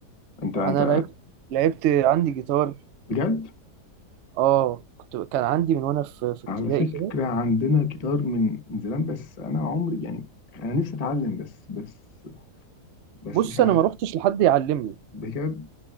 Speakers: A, on the left (about 25°); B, on the right (about 75°).
A: انت
B: انا
A: انت
B: لعبت لعبت عندي جيتار
A: بجد
B: اه كنت كان عندي من وانا في في ابتدائي
A: على فكرة
B: كده
A: عندنا جيتار من من زمان بس أنا عمري يعني أنا نفسي أتعلم بس بس بس
B: بص
A: مش عارف
B: انا ما روحتش لحد يعلمني
A: بجد